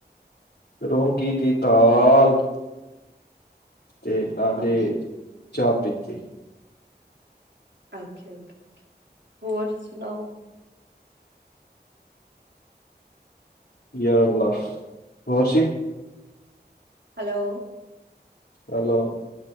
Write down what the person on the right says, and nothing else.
ਓਕੇ
ਓਕੇ, ਓਕੇ, ਓਕੇ, ਹੋਰ ਸੁਣਾਓ।
ਹੈਲੋ,